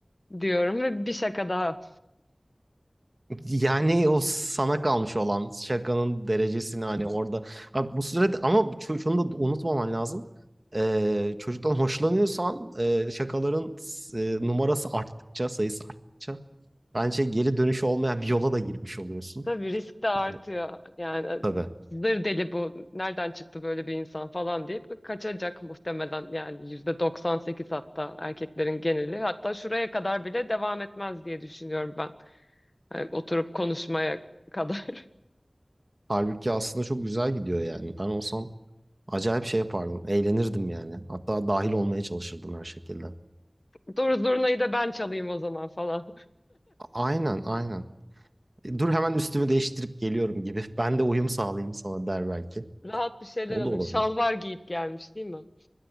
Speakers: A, on the left; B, on the right.
A: diyorum ve bir şaka daha.
B: Yani o sana kalmış olan şakanın derecesini hani orada. Abi bu sürede ama şu- şunu da unutmaman lazım. Ee, çocuktan hoşlanıyorsan e, şakaların e, numarası arttıkça, sayısı arttıkça bence geri dönüşü olmayan bir yola da girmiş oluyorsun.
A: Tabii risk de artıyor.
B: Ee,
A: Yani
B: tabii.
A: zır deli bu. Nereden çıktı böyle bir insan falan deyip kaçacak muhtemelen. Yani yüzde 98 hatta erkeklerin geneli. Hatta şuraya kadar bile devam etmez diye düşünüyorum ben. Yani oturup konuşmaya kadar.
B: Halbuki aslında çok güzel gidiyor yani. Ben olsam acayip şey yapardım. Eğlenirdim yani. Hatta dahil olmaya çalışırdım her şekilde.
A: <laughs> Dur zurnayı da ben çalayım o zaman falan.
B: Aynen, aynen. E, Dur hemen üstümü değiştirip geliyorum gibi. Ben de uyum sağlayayım sana der belki.
A: <laughs> Rahat bir şeyler
B: O
A: alayım.
B: da olabilir.
A: Şalvar giyip gelmiş değil mi?